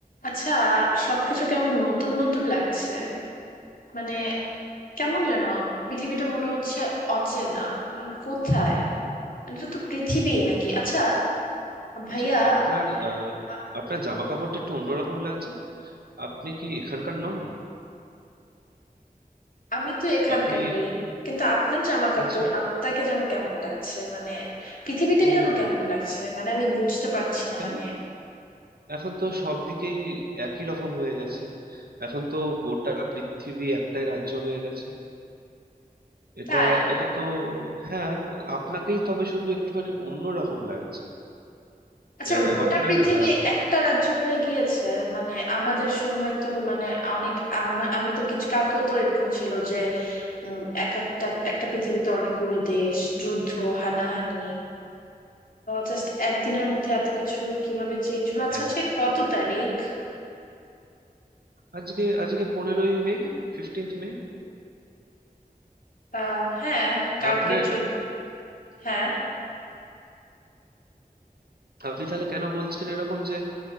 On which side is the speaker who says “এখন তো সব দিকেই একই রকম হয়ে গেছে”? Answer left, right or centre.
Right